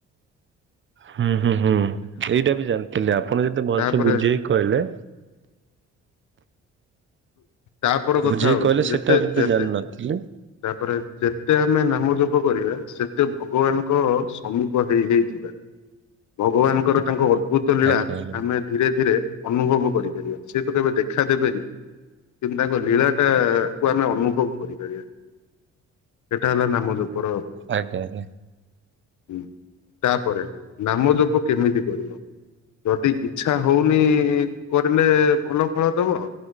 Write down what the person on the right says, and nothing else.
ହୁଁ ହୁଁ ହୁଁ। ଏଇଟା ବି ଜାଣିଥିଲେ। ଆପଣ ଯେତେ ଭଲସେ
ବୁଝେଇକି କହିଲେ
ବୁଝେଇ
କହିଲେ ସେଟା
ବି
ତ ଜାଣିନଥିଲି
ଆଜ୍ଞା ଆଜ୍ଞା
ଆଜ୍ଞା ଆଜ୍ଞା।